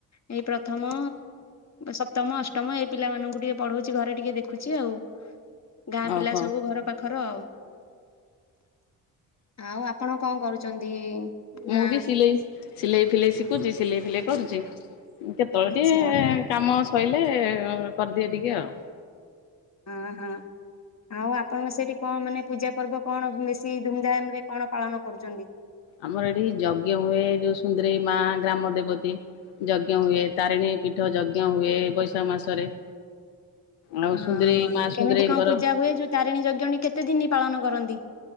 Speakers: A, on the left; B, on the left.
A: ଏଇ ପ୍ର ପ୍ରଥମ ସପ୍ତମ ଅଷ୍ଟମ ଏ ପିଲାମାନଙ୍କୁ ଟିକେ ପଢଉଛି ଘରେ ଟିକେ ଦେଖୁଛି ଆଉ। ଗାଁ ପିଲା
B: ଓହୋ।
A: ସବୁ ଘର ପାଖର ଆଉ। ଆଉ ଆପଣ କଣ କରୁଛନ୍ତି
B: ମୁଁ
A: ନା
B: ବି ସିଲେଇ ସିଲେଇ ଫିଲେଇ ଶିଖୁଛି ସିଲେଇ ଫିଲେଇ କରୁଛି। କେତେବେଳେ
A: ଆଚ୍ଛା
B: ଟିକେ କାମ ସରିଲେ କରିଦିଏ ଟିକେ ଆଉ।
A: ହଁ ହଁ। ଆଉ ଆପଣଙ୍କ ସେଇଠି କଣ ମାନେ ପୂଜା ପର୍ବ କଣ ବେଶୀ ଧୁମଧାମ ରେ କଣ ପାଳନ କରୁଛନ୍ତି?
B: ଆମର ଏଠି ଯଜ୍ଞ ହୁଏ ଯୋଉ ସୁନ୍ଦରେଇ ମା ଗ୍ରାମ ଦେବତୀ ଯଜ୍ଞ ହୁଏ, ତାରିଣୀ ପୀଠ ଯଜ୍ଞ ହୁଏ ଏ ବୈଶାଖ ମାସରେ। ଆଉ
A: ଓହୋ
B: ସୁନ୍ଦରେଇ ମା ସୁନ୍ଦରେଇଙ୍କର
A: କେମିତି କଣ ପୂଜା ହୁଏ ଯୋଉ ତାରିଣୀ ଯଜ୍ଞଣୀ କେତେ ଦିନ ପାଳନ କରନ୍ତି।